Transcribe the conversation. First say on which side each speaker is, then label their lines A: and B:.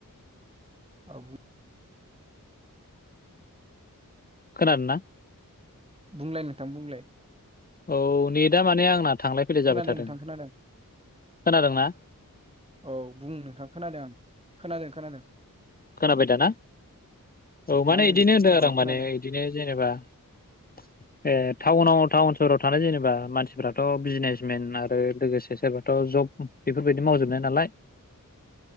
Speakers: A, on the right (about 15°); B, on the left (about 25°).
A: आ <unintelligible>
B: खोनादोंना?
A: बुंलाय नोंथां बुंलाय।
B: औ नेटआ माने आंना थांलाय फैलाय जाबाय
A: खोनादों
B: थादों,
A: नोंथां खोनादों
B: खोनादोंना?
A: औ बुं नोंथां, खोनादों आं खोनादों खोनादों।
B: खोनाबाय दाना औ
A: मा
B: माने बिदिनो होनदों आरो
A: औ
B: आं माने
A: खोनादों
B: बिदिनो जेनेबा <unintelligible> ए टाउनाव टाउन सहराव थानाय जेनेबा मानसिफ्राथ' बिजनेसमेन आरो लोगोसे सोरबाथ' जब बेफोरबायदि मावजोबनाय नालाय